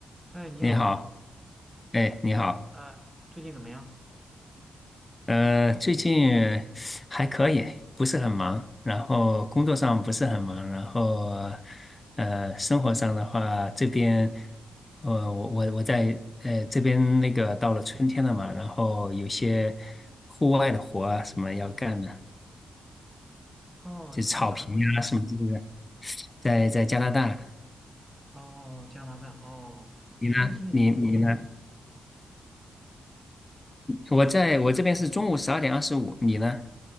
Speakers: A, in the centre; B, on the left.
A: 嗨，你好，
B: 你好，哎，你好，
A: 呃，最近怎么样？
B: 呃，最近还可以，不是很忙，然后工作上不是很忙，然后呃，生活上的话，这边呃，我我我在呃这边那个到了春天了嘛，然后有些户外的活啊什么要干的，
A: 哦，
B: 就草坪啊什么之类的，
A: 你是在哪个国家？
B: 在在加拿大，
A: 哦，加拿大。哦，
B: 你呢？
A: 你那边现在几点钟啊
B: 你你呢？我在我这边是中午十二点二十五，你呢？